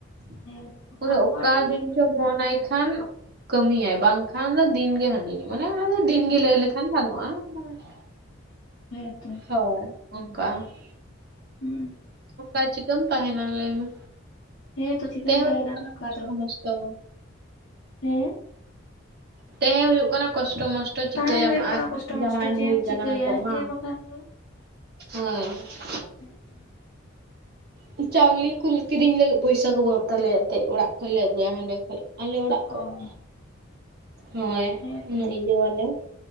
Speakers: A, on the right; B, on the left.
A: ᱾
B: ᱦᱮᱸᱛᱚ
A: ᱩᱱᱤᱮ
B: ᱟᱢ
A: ᱚᱠᱟ
B: ᱦᱚᱸ ᱟᱹᱰᱤ
A: ᱫᱤᱱ
B: ᱡᱳᱨ
A: ᱪᱚ
B: ᱚ
A: ᱢᱚᱱ ᱟᱭ ᱠᱷᱟᱱ ᱾ ᱠᱟᱹᱢᱤᱭᱟᱭ ᱵᱟᱝᱠᱷᱟᱱ ᱫᱚ ᱫᱤᱱᱜᱮ ᱦᱟᱹᱰᱤ ᱧᱩ ᱢᱟᱱᱮ ᱟᱫᱚ ᱫᱤᱱᱜᱮ ᱞᱟᱹᱭ ᱞᱮᱠᱷᱟᱱ ᱜᱟᱱᱚᱜ ᱾ ᱚᱟ ᱢᱟ ᱾
B: ᱦᱮᱸᱛᱚ ᱾
A: ᱦᱳ ᱚᱱᱠᱟ ᱾
B: ᱦᱩᱸ ᱾
A: ᱚᱱᱠᱟ ᱪᱤᱠᱟᱹᱢ ᱛᱟᱦᱮᱱᱟ ᱞᱟᱹᱭᱢᱮ
B: ᱦᱮᱸᱛᱚ ᱪᱤᱠᱟᱹᱢ
A: ᱛᱮᱦᱮ ᱦᱩᱭᱩᱜ
B: ᱛᱟᱦᱮᱱᱟ
A: ᱠᱟᱱᱟ
B: ᱱᱚᱝᱠᱟ
A: ᱠᱚᱥᱴᱚ
B: ᱫᱚ
A: ᱢᱚᱥᱴᱚ ᱾
B: ᱦᱮᱸ ᱾
A: ᱛᱮᱸᱦᱮ ᱦᱩᱭᱩᱜ ᱠᱟᱱᱟ ᱠᱚᱥᱴᱚ ᱢᱚᱥᱴᱚ ᱾ ᱛᱚ ᱪᱤᱠᱟᱹᱭᱟᱢ
B: ᱛᱟᱦᱮᱸ ᱦᱩᱭᱩᱜ ᱠᱟᱱᱟ
A: ᱟᱨ
B: ᱠᱚᱥᱴᱚ
A: ᱡᱟᱶᱟᱭ
B: ᱢᱚᱥᱴᱚ ᱪᱮᱫ
A: ᱦᱩᱭ
B: ᱮᱢ
A: ᱠᱟᱱᱟ
B: ᱪᱤᱠᱟᱹᱭᱟ
A: ᱱᱤᱛᱚᱜ ᱢᱟ
B: ᱦᱮᱸ ᱵᱟᱠᱷᱟᱱ ᱫᱚ᱾
A: ᱦᱳᱭ ᱾
B: <unintelligible>
A: ᱦ <unintelligible> ᱪᱟᱣᱞᱮ ᱠᱚ ᱞᱮ ᱠᱤᱨᱤᱧ ᱞᱟᱹᱜᱤᱫ ᱯᱚᱭᱥᱟ ᱠᱚ ᱵᱟᱹᱱᱩᱜ ᱛᱟᱞᱮᱭᱟ ᱮᱱᱛᱮᱜ ᱚᱲᱟᱜ ᱠᱷᱚᱱ ᱞᱮ ᱟᱜᱩᱭᱟ ᱦᱟᱸᱰᱮ ᱠᱷᱚᱡ ᱾ ᱟᱞᱮ ᱚᱲᱟᱜ
B: ᱚ
A: ᱠᱷᱚᱡ ᱾ ᱦᱳᱭ
B: ᱦᱮᱸ ᱛᱚ
A: ᱩᱱᱟᱹᱜ ᱤᱭᱟᱹᱣᱟᱞᱮ